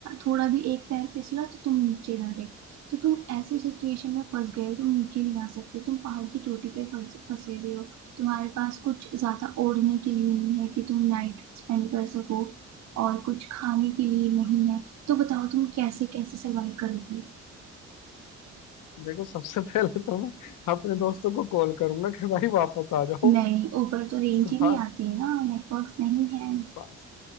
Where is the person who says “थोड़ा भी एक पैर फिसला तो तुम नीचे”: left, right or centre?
Right